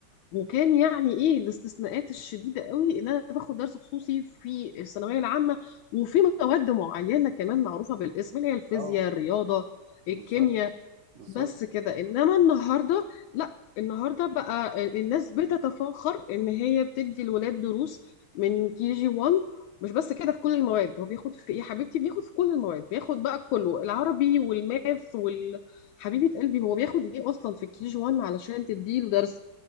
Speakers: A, on the left (about 80°); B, on the right (about 80°).
A: وكان يعني ايه الاستثناءات الشديده قوي ان انا باخد درس خصوصي في الثانويه العامه وفي مواد معينه كمان معروفه بالاسم اللي هي الفيزياء
B: اه
A: الرياضه الكيمياء
B: بالظبط بالظبط
A: بس كده انما النهارده لا النهارده بقى الناس بتتفاخر ان هي بتدي الولاد دروس من كي جي 1 مش بس كده في كل المواد هو بياخد في ايه يا حبيبتي بياخد في كل المواد بياخد بقى كله العربي والماث وال حبيبه قلبي هو بياخد ايه اصلا في الكي جي 1 علشان تديله درس